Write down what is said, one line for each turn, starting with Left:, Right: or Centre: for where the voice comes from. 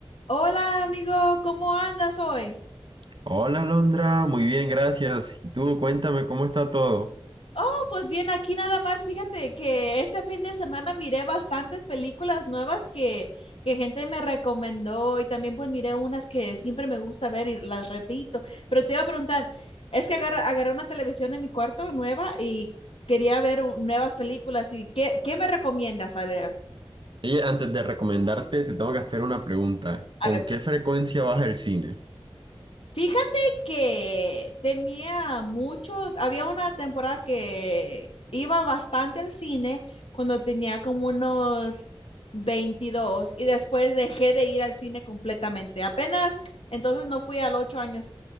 Left: Hola amigo, ¿cómo andas hoy?
Right: Hola, Alondra, muy bien, gracias. Y tú, cuéntame cómo está todo.
Left: No, pues bien, aquí nada más, fíjate que este fin de semana miré bastantes películas nuevas que, que gente me recomendó y también pues miré unas que siempre me gusta ver y las repito, pero te iba a preguntar, es que agarra- agarré una televisión en mi cuarto nueva y quería ver u- nuevas películas y ¿qué, qué me recomiendas? A ver,
Right: Oye, antes de recomendarte, te tengo que hacer una pregunta.
Left: a
Right: ¿Con
Left: ver,
Right: qué frecuencia vas al cine?
Left: Fíjate que tenía mucho, había una temporada que iba bastante al cine cuando tenía como unos 22 y después dejé de ir al cine completamente. Apenas, entonces no fui a los 8 años,